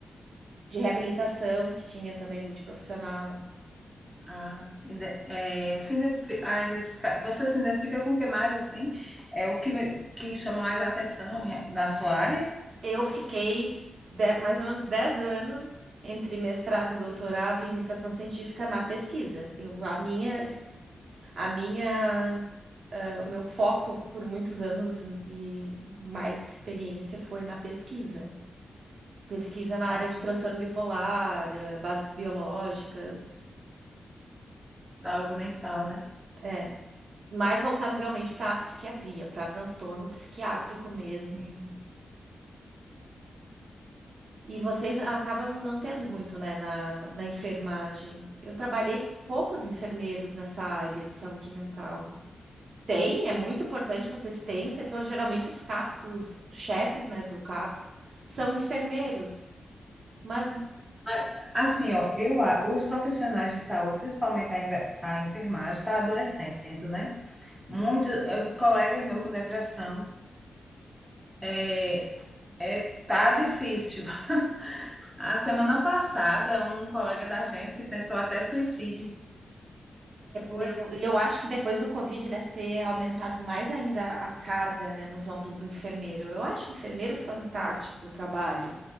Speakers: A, on the right (about 60°); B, in the centre.
A: de reabilitação, que tinha também multiprofissional.
B: Ah, ide- é, se identifi- ah, identifica- você se identifica com o que mais, assim? É o que, lhe- que chama mais atenção em re- na sua área?
A: Eu fiquei de- mais ou menos 10 anos entre mestrado, doutorado e iniciação científica na pesquisa. Eu, a minha, a minha, eh, o meu foco por muitos anos e mais experiência foi na pesquisa. Pesquisa na
B: A
A: área de transtorno bipolar, eh, bases biológicas.
B: saúde mental, né?
A: eh, mais voltado realmente para a psiquiatria, para transtorno psiquiátrico mesmo.
B: Sim.
A: E vocês acabam não tendo muito, né, na, na enfermagem. Eu trabalhei com poucos enfermeiros nessa área de saúde mental. Tem, é muito importante, vocês têm o setor, geralmente os CAPs, os chefes, né, do CAPs, são enfermeiros. Mas
B: Ah, Assim, ó, eu, a- os profissionais de saúde, principalmente a, enve- a enfermagem, está adoecendo, né? Muitos colegas meus com depressão, é, é, tá difícil. <laughs> A semana passada, um colega da gente tentou até suicídio. Foi.
A: eu, eu acho que depois do Covid deve ter aumentado mais ainda a carga, né, nos ombros do enfermeiro. Eu acho enfermeiro fantástico o trabalho.